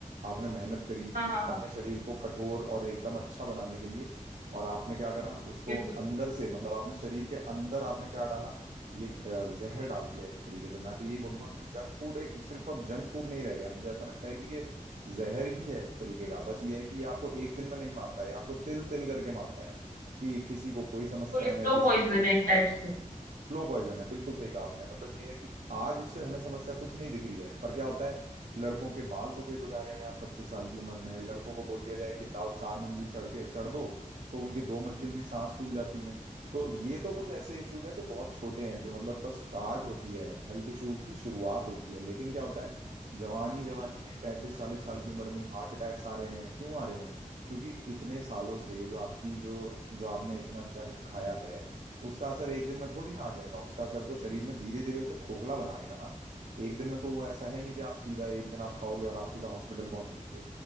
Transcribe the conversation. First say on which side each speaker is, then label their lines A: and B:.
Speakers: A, on the right (about 60°); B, on the right (about 80°).
A: आपने मेहनत करी
B: हाँ हाँ हाँ
A: अपने शरीर को कठोर और एकदम अच्छा बनाने के लिए और आपने क्या करा उसको
B: बिल्कुल
A: अंदर से मतलब आपने शरीर के अंदर आपने क्या डाला ये अ, जहर डाल दिया एक तरीके से मैं तो यही बोलूंगा क्योंकि जंक फूड एक सिर्फ अब जंक फूड नहीं रह गया मुझे ऐसा लगता है कि ये जहर ही है एक तरीके का बस ये है कि ये आपको एक दिन में नहीं मारता है ये आपको तिल तिल करके मारता है कि किसी को कोई समस्या
B: बिल्कुल स्लो
A: है किसी
B: पॉइजन
A: को कोई समस्या
B: है एक टाइप से
A: है स्लो पॉइजन है बिल्कुल सही कहा आपने मतलब ये है कि आज उससे हमें समस्या कुछ नहीं दिख रही है पर क्या होता है लड़कों के बाल सफेद हो जा रहे हैं यार पच्चीस साल की उम्र में लड़कों को बोल दिया जाए कि लाओ चार मंजिल चढ़ के चढ़ दो तो उनकी दो मंजिल में सांस फूल जाती है तो ये तो कुछ ऐसे इश्यूज हैं जो बहुत छोटे हैं जो मतलब बस स्टार्ट होती है हेल्थ इश्यूज की शुरुआत होती है लेकिन क्या होता है जवानी जवानी में पैंतीस चालीस साल की उम्र में हार्ट अटैक्स आ रहे हैं क्यों आ रहे हैं क्योंकि इतने सालों से जो आपकी जो जो आपने इतना जंक खाया है उसका असर एक दिन में थोड़ी ना आ जाएगा उसका असर तो शरीर में धीरे धीरे उसे खोखला बनाएगा ना एक दिन में तो वो ऐसा है नहीं कि आप सीधा एक दिन आप खाओगे और आप सीधा हॉस्पिटल पहुंच जाओगे